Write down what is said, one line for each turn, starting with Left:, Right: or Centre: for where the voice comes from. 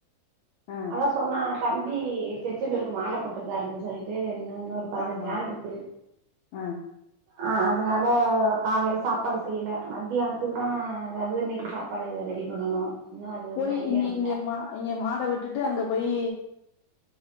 Left: ஆ.
Right: அதா சொன்ன தம்பி திருச்செந்துருக்கு மாலை போட்டிருக்காருன்னு சொல்லிட்டு இன்னு இன்னொரு பதினஞ்சு
Left: ஆமா.
Right: நாள் இருக்கு
Left: ஆ.
Right: ஆ அத னால காலையில சாப்பாடு செய்யல மத்தியானத்துக்கு தா ஏதாவது இன்னிக்கு சாப்பாடு ரெடி பண்ணணு இன்னு அது ஒன்னு
Left: செரி
Right: ஐடியா
Left: இனி
Right: இல்ல
Left: இங்க மா இங்க மாட விட்டுட்டு அங்க போயி